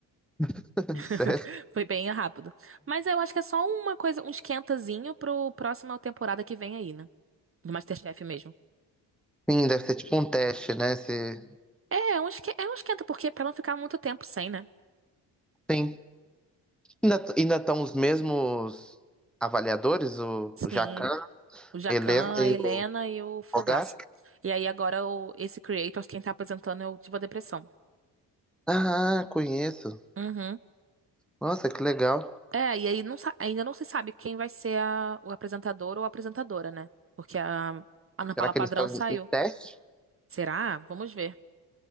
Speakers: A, in the centre; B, on the right.
A: <laughs>
B: <laughs>
A: sério.
B: Foi bem rápido. Mas eu acho que é só uma coisa, um esquentazinho pro próxima temporada que vem aí, né? Do MasterChef mesmo.
A: Sim, deve ser tipo um teste, né? Se...
B: É, é um esque- é um esquenta, porque pra não ficar muito tempo sem, né?
A: Sim. Ainda ainda estão os mesmos avaliadores, o
B: Sim.
A: Jacan,
B: O Jacan,
A: Helena e
B: a Helena
A: o
B: e o Fogaça.
A: Fogaça?
B: E aí agora o, esse creator, quem tá apresentando é o Diva Depressão.
A: Ah, conheço.
B: Uhum.
A: Nossa, que legal.
B: É, e aí não sa- ainda não se sabe quem vai ser a- o apresentador ou a apresentadora, né? Porque a Ana
A: Será
B: Paula
A: que
B: Padrão
A: eles estão em
B: saiu.
A: em teste?
B: Será? Vamos ver.